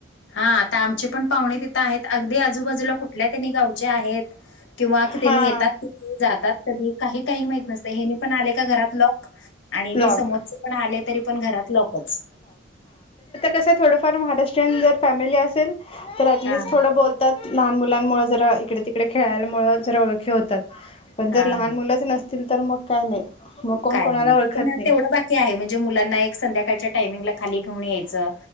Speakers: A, on the left (about 75°); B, on the left (about 30°).
A: हा आता आमची पण पाहुणे तिथं आहेत अगदी आजूबाजूला कुठल्या त्यांनी गावचे आहेत. किंवा त्यांनी
B: हां
A: येतात कधी जातात कधी काही काही माहित नसते हेनी पण आले का घरात लॉक आणि
B: लॉक
A: ते समोरच पण आले तरी पण घरात लॉकच.
B: तसं थोडं फार महाराष्ट्रीयन जर फॅमिली असेल ऍटलिस्ट
A: हां,
B: थोडं बोलते लहान मुलांमुळे जरा इकडे तिकडे खेळायमुळे जरा ओळखी होतात. पण
A: हां.
B: जर लहान मुलंच नसतील तर मग काय नाही. मग कोण
A: काय
B: कोणाला
A: आहे
B: ओळखत
A: पण
B: नाही
A: तेवढं बाकी आहे म्हणजे मुलांना एक संध्याकाळच्या टायमिंगला खाली घेऊन यायचं.